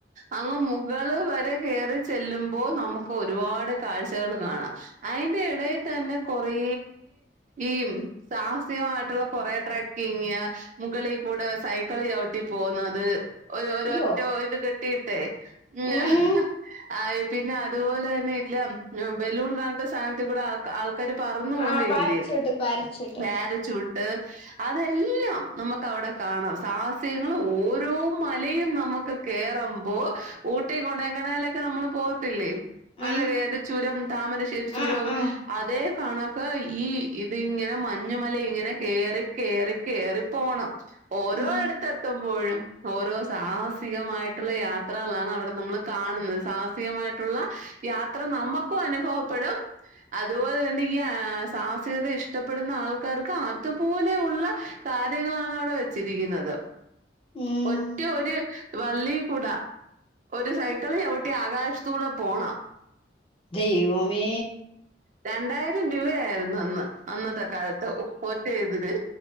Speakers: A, on the right; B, on the left.
A: അങ്ങ് മുകൾ വരെ കയറി ചെല്ലുമ്പോ നമുക്ക് ഒരുപാട് കാഴ്ചകൾ കാണാം അയിന്റെ എടയിൽ തന്നെ കൊറേ ഈ സാഹസികമായിട്ടുള്ള കുറെ ട്രക് ങ്ങിയ മുകളിൽ കൂടെ സൈക്കിൾ ചവിട്ടി പോകുന്നത് ഒര്
B: അയ്യോ
A: ഒറ്റോ ഇത് <unintelligible> കട്ടിട്ടേ ഉ <unintelligible>
B: ഉം
A: ആഹ് പിന്നെ അതുപോലെ തന്നെ ഇല്ല ബലൂൺ കാണത്ത സാനത് കൂടെ <unintelligible> ആൾക്കാര് പറന്നു പോന്നല്ലേ
B: ആഹ് പാരച്ചൂട്ട് പാരച്ചൂട്ട്
A: പ്യാരച്ചൂട്ട് അതെല്ലാം നമുക്ക് അവിടെ കാണാം സാഹസ്യങ്ങൾ ഓരോ മലയും നമുക്ക് കേറുമ്പോ ഊട്ടി കൊണങ്ങനാലൊക്കെ നമ്മൾ പോവതില്ലേ മല
B: ആഹ്
A: കേറി ചുരം താമരശ്ശേരി ചുരം
B: ആഹ് ആഹ്
A: അതേ കണക്ക ഈ ഇതി ഇങ്ങനെ മഞ്ഞുമല ഇങ്ങനെ കേറി കേറി കേറി പോണം ഓരോ
B: ഉം
A: ഇടുത്ത് എത്തുമ്പോഴും ഓരോ സാഹസികമായിട്ടുള്ള യാത്രകളാണ് അവിടെ നമ്മൾ കാണുന്നത് സാഹസികമായിട്ടുള്ള യാത്ര നമ്മുക്കും അനുഭവപ്പെടും അതുപോലെ തന്നെ ഈ സാഹസികത ഇഷ്ടപ്പെടുന്ന ആൾക്കാർക്ക് അതുപോലെ ള്ള കാര്യങ്ങളാണ് അവിടെ വെച്ചിരിക്കുന്നത്
B: ഉം
A: മറ്റ ഒരു വള്ളി കൂട ഒരു സൈക്കിൾ ചവിട്ടി ആകാശത്ത കൂടെ പോണം
B: ദൈവമേ
A: രണ്ടായിരം രൂപയായിരുന്നു അന്ന് അന്നത്തെ കാലത്ത് ഒറ്റയതില്